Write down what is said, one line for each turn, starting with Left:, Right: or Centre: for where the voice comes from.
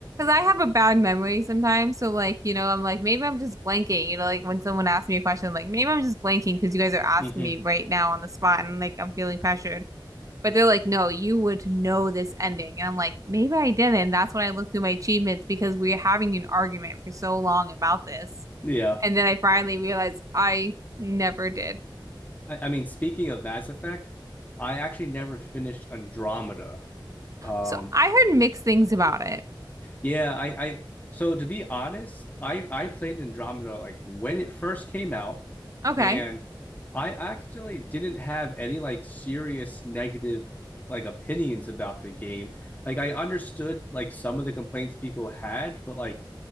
Right: I have a bad memory sometimes. So, like, you know, I'm like, maybe I'm just blanking. You know, like when someone asks me a question, I'm like, maybe I'm just blanking because you guys are asking
Left: Mm-hmm.
Right: me right now on the spot and like I'm feeling pressured. But they're like, no, you would know this ending. And I'm like, maybe I didn't. That's when I look through my achievements because we're having an argument for so long about this.
Left: <laughs> yeah.
Right: And then I finally realized I never did.
Left: I, I mean, speaking of Mass Effect, I actually never finished Andromeda. Um
Right: So I heard mixed things about it.
Left: Yeah, I, I so to be honest, I I played Andromeda like when it first came out,
Right: Okay.
Left: and I actually didn't have any like serious negative like opinions about the game. Like I understood like some of the complaints people had, but like,